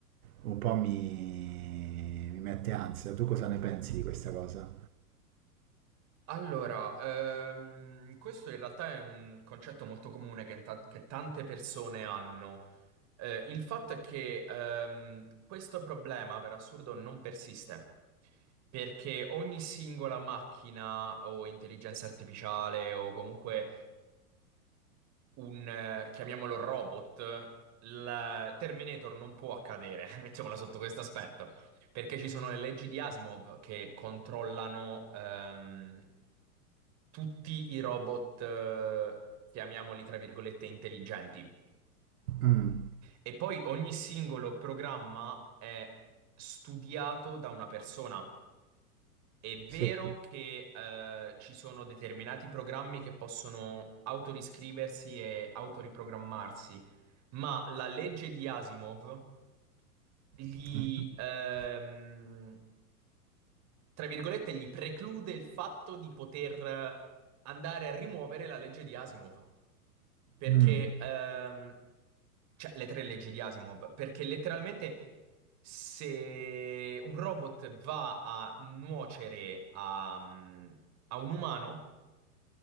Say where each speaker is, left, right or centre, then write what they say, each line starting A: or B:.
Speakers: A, on the right (about 70°); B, on the right (about 35°).
A: un po' mi, mi mette ansia. Tu cosa ne pensi di questa cosa?
B: Allora, ehm, questo in realtà è un concetto molto comune che, ta- che tante persone hanno. Eh, il fatto è che ehm, questo problema, per assurdo, non persiste. Perché ogni singola macchina o intelligenza artificiale o comunque un, eh, chiamiamolo robot, il Terminator non può accadere, <laughs> mettiamola sotto questo aspetto, perché ci sono le leggi di Asimov che controllano ehm, tutti i robot, eh, chiamiamoli tra virgolette, intelligenti.
A: Mm,
B: E poi ogni singolo programma è studiato da una persona. È vero
A: sì.
B: che eh, ci sono determinati programmi che possono autoriscriversi e autoriprogrammarsi, ma la legge di Asimov gli,
A: <laughs>
B: ehm, tra virgolette, gli preclude il fatto di poter andare a rimuovere la legge di Asimov. Perché,
A: Mm,
B: ehm, cioè, le tre leggi di Asimov, perché letteralmente se un robot va a nuocere a, mm, a un umano,